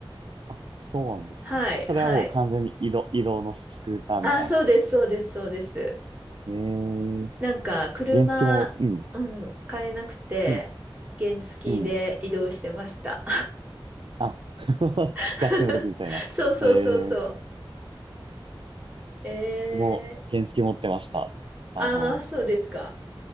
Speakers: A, on the right; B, on the right.
A: あ、そうなんですね。
B: はい、
A: それはもう完全に移動、
B: はい。
A: 移動のスクーターみたいな。
B: あ、そうです、そうです、そうです。
A: えー、
B: なんか、車、
A: 原付も、うん、
B: うん、買えなくて、
A: うん、
B: 原付で移動してました。
A: うん。あ、<laughs>
B: <laughs>
A: 学生の時みたいな。
B: そうそうそうそ
A: ええ、
B: う。え
A: 僕も原付持ってました。
B: ー、
A: あの、
B: ああ、そうですか。